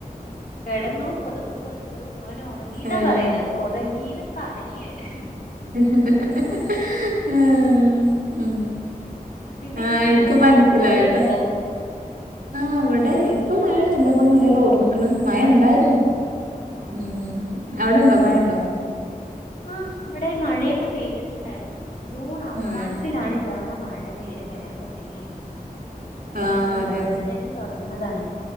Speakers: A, on the left (about 65°); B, on the right (about 85°).
A: കിടന്നു പുതപ്പും പൊതച്ചു അവന് ഉറങ്ങീന്നാ
B: ഏഹ്
A: പറയുണത് ഉറങ്ങീന്ന് പറയാണ്.
B: ആഹ ഹഹഹ ഉം
A: പിന്നെ
B: ആ
A: നിങ്ങളുടെ
B: എനിക്ക്
A: നാട്ടിക്ക്
B: മനസിലായിട്ടോ.
A: മഴയൊക്കെ ഉണ്ടോ
B: ആ അവിടെ ഇപ്പൊ മഴയൊന്നുല ഇപ്പം മഴ തോർന്നിക്കണ് മഴണ്ടായിരുന്നു.
A: ഓ
B: ഉം അവിടെണ്ടോ മഴ ഉണ്ടോ?
A: ആഹ് ഇവിടെ മഴയൊക്കെ പെയ്തിട്ടുണ്ടായിരുന്നു ജൂൺ അവസാനത്തിലാണ്
B: ആഹ്
A: ഇത്തവണ മഴ നേരെ വരാൻ തുടങ്ങിയിരിക്കുന്നത് അല്ലെങ്കിൽ
B: ആഹ്
A: ജൂൺ
B: അതെ
A: ആദ്യം
B: അതെ
A: തന്നെ തുടങ്ങുന്നതാണ്